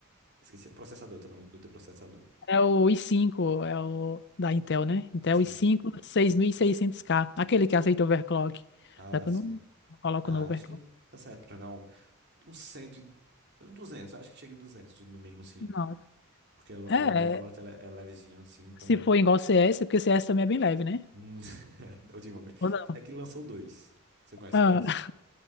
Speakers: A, on the right; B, on the left.
A: Esqueci, o processador, teu nome do teu processador.
B: é o i cinco, é o da Intel, né? Intel
A: Sim,
B: i cinco,
A: sim.
B: seis mil e seiscentos k aquele que aceita overclock.
A: Ah,
B: Já que
A: sim.
B: eu não não coloco
A: Ah,
B: no overclock.
A: acho que tá certo pra jogar um, um 100, e- um 200, acho que chega em 200, no mínimo, sim.
B: Não.
A: Porque Lo-
B: É,
A: Lo- é Valorant é le- é levezinho, assim, então.
B: Se for igual CS, porque CS também é bem leve, né?
A: hum, <laughs> Ultimamente.
B: Ou não?
A: É que lançou dois. Você conhece
B: Ah,
A: dois?